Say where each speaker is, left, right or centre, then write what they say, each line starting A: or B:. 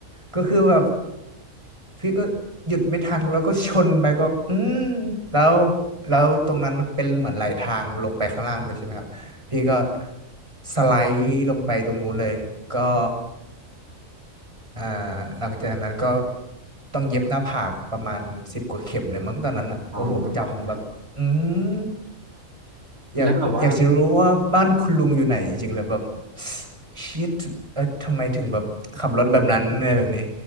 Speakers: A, on the right; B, on the right.
A: ก็คือแบบพี่ก็หยุดไม่ทันแล้วก็ชนไปก็อืมแล้วแล้วตรงนั้นมันเป็นเหมือนไหลทางลงไปข้างล่างเลยใช่ไหมครับพี่ก็สไลด์ลงไปตรงนู้นเลยก็ อ่าหลังจากนั้นก็ต้องเย็บหน้าผากประมาณสิบกว่าเข็มเลยมั้งตอนนั้นอ่ะโอ้โหจำแบบอืม
B: อ่าโอเคครับ
A: อยากอยากจะรู้ว่าบ้านคุณลุงอยู่ไหนจริงๆแล้วแบบ
B: แล้วแบบว่า
A: ชิดเอ้ยทำไมถึงแบบขับรถแบบนั้นอะไรแบบนี้